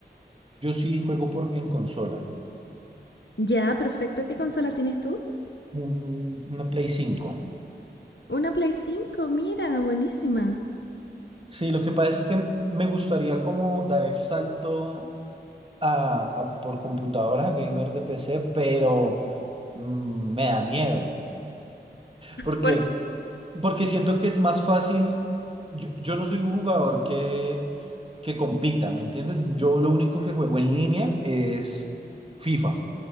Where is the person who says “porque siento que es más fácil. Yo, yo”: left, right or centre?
Right